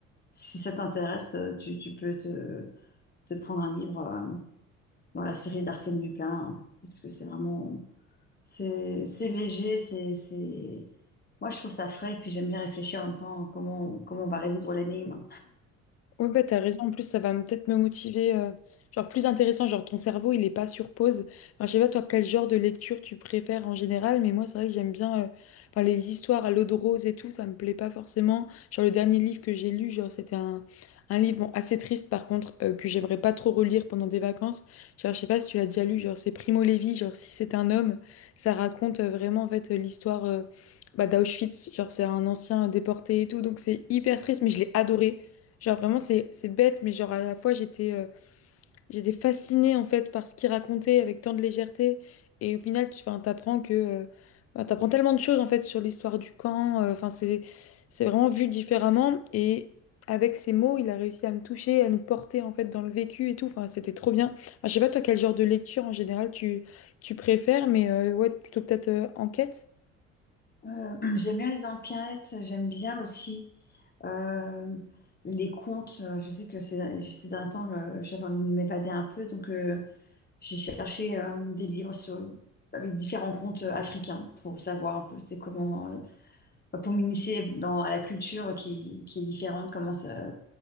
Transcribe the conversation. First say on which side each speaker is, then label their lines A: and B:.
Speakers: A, on the left; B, on the left.
A: si ça t'intéresse, euh, tu, tu peux te, te prendre un livre euh, dans la série d'Arsène Lupin, hein, parce que c'est vraiment, c'est c'est léger, c'est, c'est, moi je trouve ça frais, et puis j'aime bien réfléchir en même temps comment, comment on va résoudre l'énigme.
B: Ouais, bah, t'as raison. En plus, ça va me- peut-être me motiver. euh, genre, plus intéressant. Genre, ton cerveau, il est pas sur pause. Enfin, je sais pas, toi, quel genre de lecture tu préfères en général, mais moi, c'est vrai que j'aime bien euh, enfin, les histoires à l'eau de rose et tout. Ça me plaît pas forcément. Genre, le dernier livre que j'ai lu, genre, c'était un, un livre bon, assez triste, par contre, euh, que j'aimerais pas trop relire pendant des vacances. Genre, je sais pas si tu l'as déjà lu. Genre, c'est Primo Levi. Genre, si c'est un homme, ça raconte euh, vraiment, en fait, euh, l'histoire. euh, bah, d'Auschwitz, genre c'est un ancien déporté et tout, donc c'est hyper triste, mais je l'ai adoré. Genre vraiment c'est c'est bête, mais genre à la fois j'étais euh, j'étais fascinée en fait par ce qu'il racontait avec tant de légèreté. Et au final, tu enfin, t'apprends que euh, enfin, t'apprends tellement de choses en fait sur l'histoire du camp. euh, Enfin c'est c'est vraiment vu différemment. Et avec ses mots, il a réussi à me toucher, à nous porter en fait dans le vécu et tout. Enfin c'était trop bien. Enfin, je sais pas toi quel genre de lecture en général tu tu préfères, mais euh, ouais plutôt peut-être euh, enquête.
A: Euh, <clears throat> j'aime bien les enquêtes, j'aime bien aussi euh, les contes. Euh, Je sais que ces, ces derniers temps, euh, j'avais envie de m'évader un peu, donc euh, j'ai cherché euh, des livres sur- avec différents contes euh, africains pour savoir un peu c'est comment, euh, pour m'initier dans- à la culture qui, qui est différente. Comment ça,